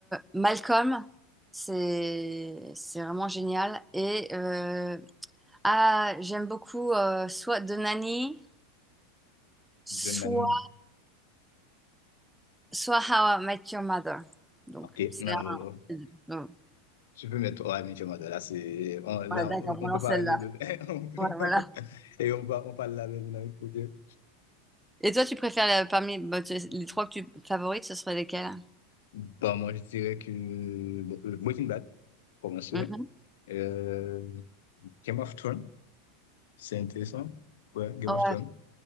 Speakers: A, in the centre; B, on the left.
A: Malcolm, c'est c'est vraiment génial et euh, Ah, j'aime beaucoup euh, soit The Nanny, soit,
B: donne
A: soit How I Met Your Mother. Donc,
B: Ok,
A: c'est
B: non.
A: un... donc,
B: Tu peux mettre, ouais, mais tu vois, là, c'est, on, là,
A: ouais, d'accord,
B: on
A: bon,
B: <laughs> on
A: alors
B: peut parler
A: celle-là.
B: de, <laughs>
A: Ouais, voilà.
B: et on, va- on parle la même langue, pour Dieu.
A: Et toi, tu préfères la- parmi bah, tu- les trois que tu favorites, ce serait lesquels?
B: Bon, moi, je dirais que, bon, euh, Breaking Bad, pour commencer.
A: Mhm.
B: Euh, Game of Thrones, c'est intéressant. Ouais, Game
A: Ouais.
B: of Thrones.